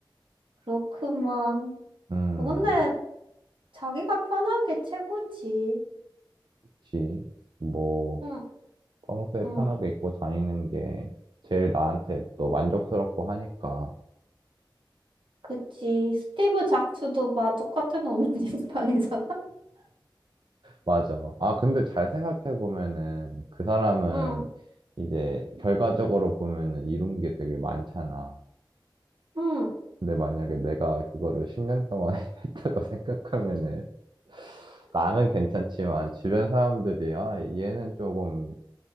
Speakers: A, on the right (about 85°); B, on the right (about 65°).
A: 그렇구만.
B: 음
A: 어, 근데 자기가 편한 게 최고지.
B: 그치 뭐
A: 응,
B: 평소에
A: 응,
B: 편하게 입고 다니는 게 제일 나한테 또 만족스럽고 하니까
A: 그치. 스티브 잡스도 막 똑같은 옷만 입고 다니잖아.
B: 맞아. 아, 근데 잘 생각해보면은 그 사람은
A: 응,
B: 이제 결과적으로 보면은 이룬 게 되게 많잖아.
A: 응.
B: 근데 만약에 내가 그거를 10년 동안 <laughs> 했다고 생각하면은 나는 괜찮지만 주변 사람들이 아, 얘는 조금